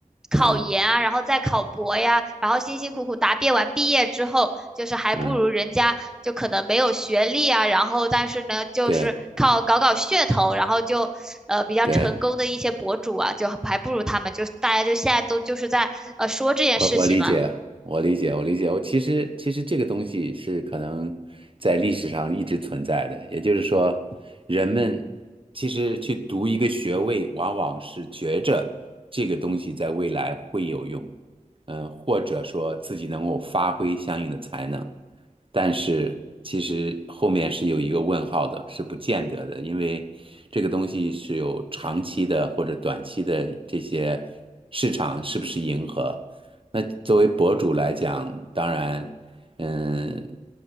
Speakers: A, in the centre; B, on the right.
A: 考研啊，
B: 嗯
A: 然后再考博呀，然后辛辛苦苦答辩完毕业之后，就是还不如人家就可能没有学历啊，
B: 嗯，
A: 然后但是呢，就是靠搞搞噱头，
B: 对
A: 然后就呃比较成功的一些博主啊，
B: 对。
A: 就还不如他们，就大家就现在都就是在呃说这件事情嘛。
B: 我我理解，我理解，我理解。我其实其实这个东西是可能在历史上一直存在的，也就是说，人们其实去读一个学位，往往是觉着这个东西在未来会有用，嗯、或者说自己能够发挥相应的才能，但是其实后面是有一个问号的，是不见得的，因为这个东西是有长期的或者短期的这些市场是不是迎合。那作为博主来讲，当然，嗯，